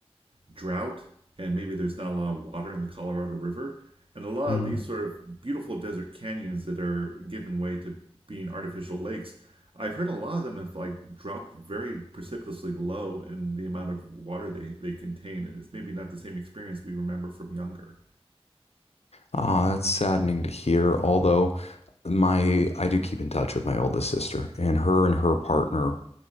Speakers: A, on the right; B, on the left.
A: drought and maybe there's not a lot of water in the Colorado River. And a lot
B: Hmm.
A: of these sort of beautiful desert canyons that are given way to being artificial lakes, I've heard a lot of them have like dropped very precipitously low in the amount of water they, they contain. And it's maybe not the same experience we remember from younger.
B: Ah, that's saddening to hear. Although my I do keep in touch with my oldest sister, and her and her partner